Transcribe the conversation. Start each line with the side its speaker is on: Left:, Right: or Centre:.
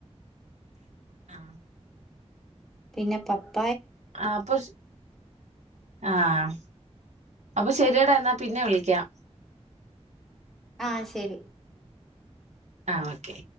Right: ആ
Centre: പിന്നെ പപ്പ
Right: ആ അപ്പൊ ആഹ് അപ്പൊ ശരിയടാ എന്നാ പിന്നെ വിളിക്കാം
Centre: ആ ശരി
Right: ആ ഓക്കെ